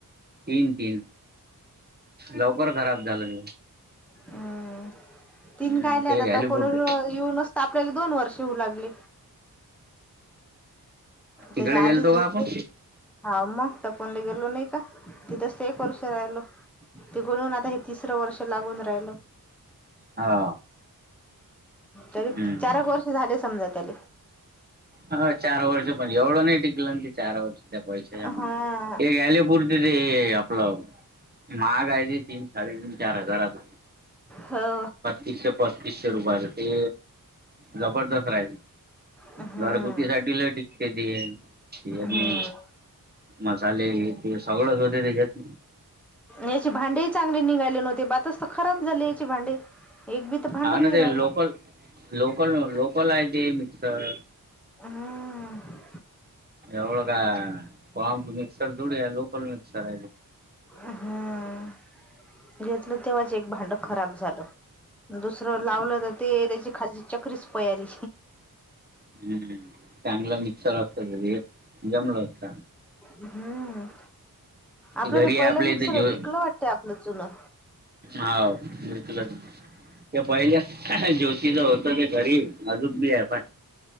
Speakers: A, on the right (about 25°); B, in the centre.
A: तीन तीन लवकर खराब झालं हे
B: हम्म तीन
A: हम्म
B: कायले
A: ते
B: आता
A: घ्यायला पुढ
B: इऊनचत आपल्याला दोन वर्ष होऊ लागले.
A: तिकडे
B: त्याज्या
A: गेलतो
B: आधीच घेतले?
A: का आपण
B: हा म तपनला गेलो नाय का तिथंच तर एक वर्ष राहिलो तिकडून आता तिसरं वर्ष लागून राहिल.
A: हा
B: तरी
A: हम्म
B: चारक वर्ष झाले समजा त्याले.
A: अ -चार वर्ष पण एवढं नाय टिकलं ना ते चार वर्ष त्या पैशाच्या
B: हा
A: मानान हे घ्यायले पु <unintelligible> आपल महागाय ते तीन, साडेतीन, चार हजाराच.
B: हो
A: तीसशे, पस्तीसशे रुपयाच ते जबरदस्त राहिल.
B: हम्म
A: घरगुती साठी लय टिकते ते.
B: हम्म
A: मसाले हे ते सगळच होते त्याज्यात.
B: याचे भांडे चांगले ही निघाले नव्हत बातच त खराब झाले याचे भांडे एक बी तर भांडण
A: हा ना
B: नाही
A: ते
B: राहिलं
A: लोकल लोकल लोकल हाय ते मिक्सर.
B: हम्म
A: एवढ काय फाम टू मिक्सर थोडि हाय लोकल मिक्सर हाय.
B: हम्म घेतलं तेव्हाच एक भांड खराब झालं. दुसरं लावलं तर ते त्याची खालली चक्रीच पयाली.
A: हम् चांगलं मिक्सर असत त घरी जमलं असत.
B: हम्म आपलं
A: घरी
B: ते
A: आपल्या
B: पहिलं मिक्सर
A: इथे जो
B: विकलं वाटतंय जून.
A: हाव विकल ते पयले ज्योतीच होतं ते घरी अजूक बी हाय.